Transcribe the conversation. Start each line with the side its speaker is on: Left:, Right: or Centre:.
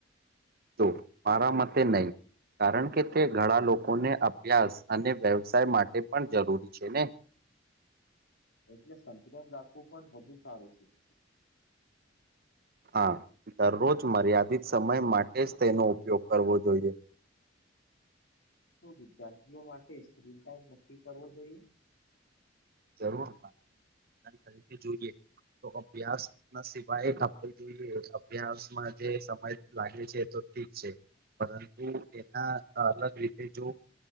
Right: તો મારા મતે નય કારણ કે તે ઘણા લોકોને અભ્યાસ અને વ્યવસાય માટે પણ જરૂરી છે, ને
Left: એટલે સંતુલન રાખવું પણ વધુ સારું છે.
Right: હા દરરોજ મર્યાદિત સમય માટે જ તેનો ઉપયોગ કરવો જોઈએ
Left: શું વિદ્યાર્થીઓ માટે <unintelligible> નક્કી કરવો જોઈએ
Right: જરૂર તરીકે જોઈએ તો અભ્યાસ ના સિવાય આપણે જોઈએ અભ્યાસમાં જે સમય લાગે છે, તો ઠીક છે. પરંતુ એના અલગ રીત તે જો